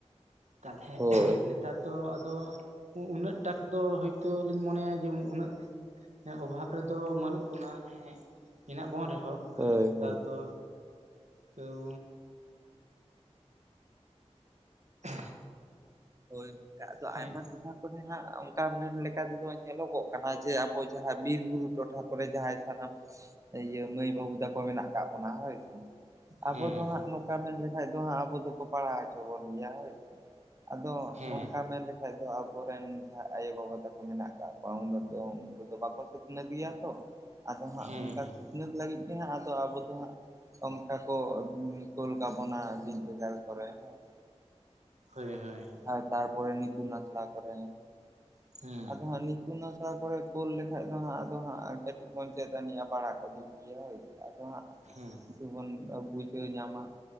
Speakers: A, on the right (about 80°); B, on the right (about 25°).
A: ᱛᱟᱦᱚᱞᱮ
B: ᱦᱳᱭ
A: ᱮ ᱱᱮᱛᱟᱨᱼᱼ ᱦᱚᱸ ᱟᱫᱚ ᱩᱱᱟᱹᱜ ᱴᱟᱜ ᱫᱚ ᱦᱚᱭᱛᱚ ᱞᱤᱧ ᱢᱚᱱᱮᱭᱟ ᱡᱮ ᱩᱱᱟᱹᱜᱼᱼ ᱚᱵᱷᱟᱵ ᱨᱮᱫᱚ ᱵᱟᱹᱱᱩᱜ ᱵᱚᱱᱟ ᱦᱮᱸ ᱦᱮᱱᱟᱜ ᱵᱚᱱ ᱨᱮᱦᱚᱸ
B: ᱦᱳᱭ
A: ᱱᱮᱛᱟᱨ
B: ᱦᱳᱭ
A: ᱫᱚᱼᱼ ᱛᱟᱹᱣ <unintelligible>
B: ᱦᱳᱭ ᱜᱚᱝᱠᱮ ᱟᱫᱚ
A: ᱦᱮᱸ
B: ᱟᱭᱢᱟ ᱴᱚᱴᱷᱟᱼᱼ ᱠᱚᱨᱮ ᱦᱟᱸᱜ ᱚᱱᱠᱟ ᱢᱮᱱ ᱞᱮᱠᱟ ᱛᱮᱫᱚ ᱧᱮᱞᱚᱜᱚᱜ ᱠᱟᱱᱟ ᱡᱮ ᱟᱵᱚ ᱡᱟᱦᱟᱸ ᱵᱤᱨ ᱵᱩᱨᱩ ᱴᱚᱴᱷᱟ ᱠᱚᱨᱮ ᱡᱟᱦᱟᱸᱭᱼᱼ ᱥᱟᱱᱟᱢ ᱤᱭᱟᱹ ᱢᱟᱹᱭ ᱵᱟᱹᱵᱩ ᱛᱟᱠᱚ ᱢᱮᱱᱟᱜ ᱟᱠᱟᱜ ᱵᱚᱱᱟ ᱦᱳᱭ ᱥᱮ, ᱟᱵᱚ
A: ᱦᱮᱸ
B: ᱫᱚ
A: ᱦᱮᱸ
B: ᱦᱟᱸᱜᱼᱼ ᱚᱱᱠᱟ ᱢᱮᱱ ᱞᱮᱠᱷᱟᱡ ᱫᱚ ᱦᱟᱸᱜ ᱟᱵᱚ ᱫᱚᱠᱚ ᱯᱟᱲᱦᱟᱣ ᱦᱚᱪᱚ ᱵᱚᱱ ᱜᱮᱭᱟ ᱦᱳᱭ ᱥᱮ ᱾ ᱟᱫᱚ
A: ᱦᱮᱸ
B: ᱚᱱᱠᱟ ᱢᱮᱱᱼᱼ ᱠᱷᱟᱡ ᱫᱚ ᱟᱵᱚᱨᱮᱱ ᱡᱟᱦᱟᱸ ᱟᱭᱳ ᱵᱟᱵᱟ ᱛᱟᱠᱚ ᱢᱮᱱᱟᱜ ᱠᱟᱜ ᱠᱚᱣᱟ ᱩᱱᱟᱹᱜ ᱫᱚ ᱩᱱᱠᱩ ᱫᱚ ᱵᱟᱠᱚ ᱥᱤᱠᱷᱱᱟᱹᱛ ᱜᱮᱭᱟ ᱛᱚ ᱾ ᱟᱫᱚ ᱦᱟᱸᱜ
A: ᱦᱮᱸ
B: ᱚᱱᱠᱟ
A: ᱦᱮᱸ
B: ᱥᱤᱠᱷᱱᱟᱹᱛ ᱞᱟᱹᱜᱤᱫ ᱜᱮ ᱦᱟᱸᱜ ᱟᱫᱚ ᱟᱵᱚ ᱫᱚ ᱦᱟᱸᱜᱼᱼ ᱚᱱᱠᱟ ᱠᱚ ᱠᱚᱞ ᱠᱟᱵᱚᱱᱟ ᱵᱤᱫᱽᱮᱜᱟᱲ ᱠᱚᱨᱮ ᱦᱮᱸ ᱾
A: ᱦᱚᱭ ᱦᱚᱭ ᱾
B: ᱟᱨ ᱛᱟᱨᱯᱚᱨ ᱱᱤᱛᱩᱱ ᱟᱥᱲᱟ ᱠᱚᱨᱮᱼᱼ
A: ᱦᱮᱸ
B: ᱟᱫᱚ ᱦᱟᱸᱜ ᱱᱤᱛᱩᱱ ᱟᱥᱲᱟ ᱠᱚᱨᱮ ᱠᱳᱞ ᱞᱮᱠᱷᱟᱱ ᱫᱚ ᱦᱟᱸᱜ ᱟᱫᱚ ᱦᱟᱸᱜ ᱠᱟᱹᱴᱤᱡ ᱵᱚᱱ ᱪᱮᱫ ᱟᱹᱱᱤᱡ ᱯᱟᱲᱦᱟᱜ ᱠᱚ ᱫᱤᱱ ᱾ ᱤᱭᱟᱹ ᱟᱫᱚ ᱦᱟᱸᱜ
A: ᱦᱮᱸ
B: ᱠᱤᱪᱷᱩ ᱵᱚᱱ ᱵᱩᱡᱷᱟᱹᱣ ᱧᱟᱢᱟ